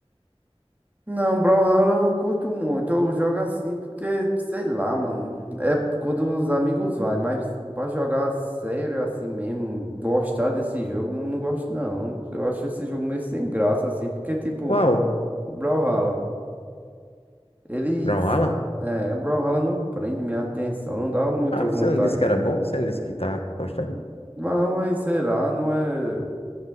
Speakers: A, on the right; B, on the left.
A: Não, Brawlhalla eu não curto muito. Eu jogo assim porque, sei lá, mano. É quando os amigos vai, mas pra jogar sério assim mesmo, gostar desse jogo, eu não gosto não. Eu acho esse jogo meio sem graça assim, porque tipo,
B: Qual?
A: o Brawlhalla, ele
B: Brawlhalla?
A: é, o Brawlhalla não prende minha atenção, não dá muita
B: Ah,
A: vontade.
B: você não disse que era bom? Você não disse que tá gostando?
A: Mas, mas sei lá, não é.